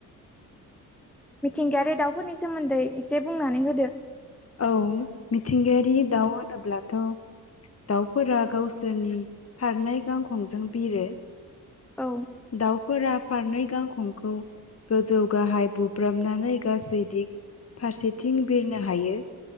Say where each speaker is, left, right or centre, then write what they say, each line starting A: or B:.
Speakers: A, in the centre; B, on the left.
A: मिथिंगायारि दाउफोरनि सोमोन्दै एसे बुंनानै होदो।
B: औ मिथिंगायारि दाउ होनोब्लाथ' दाउफोरा गावसोरनि फारनै गांखंजों बिरो।
A: औ
B: दाउ फोरा फारनै गांखंखौ गोजौ गाहाय बुब्रामनानै गासै दिग फारसेथिं बिरनो हायो।